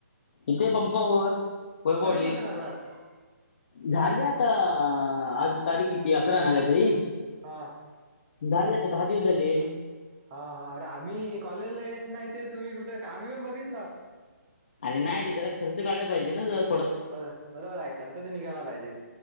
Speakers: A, on the left (about 40°); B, on the right (about 20°).
A: इथे पंपावर कोय
B: कधी
A: बॉडीत.
B: बसन लागलास
A: झाली आता आज तारीख किती अकरा ना काहीतरी
B: हा.
A: झाले आता दहा दिवस झाले
B: हा हा अरे आम्ही कॉलेजला येत नाही ते तुम्ही कुठे आम्ही पण बघितलं
A: अरे नाही रे, जरा खर्च काढाला पाहिजे ना ज
B: बर बरोबर आहे खर्च तर निघाला पाहिजे